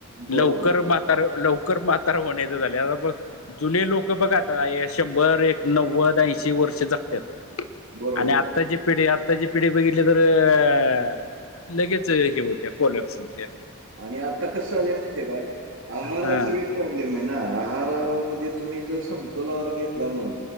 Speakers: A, on the left (about 75°); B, on the right (about 65°).
A: लवकर
B: बरोबर
A: म्हातार
B: बरोबर
A: लवकर म्हातार तर होण्याच झाले आता तर जुने लोक बघ आता शंभर एक नव्वद ऐंशी वर्ष जगतात
B: बरोबर
A: आणि आता आताची पिढी आत्ताची पिढी बघितली तर अ लगेच हे होत्या ख सुध्या
B: आणि आता कसं आलं मी ते का आहाराच
A: हा
B: प्रॉब्लेम आहे ना आहारामध्ये तुम्ही जर समतोल आहार घेतला नाही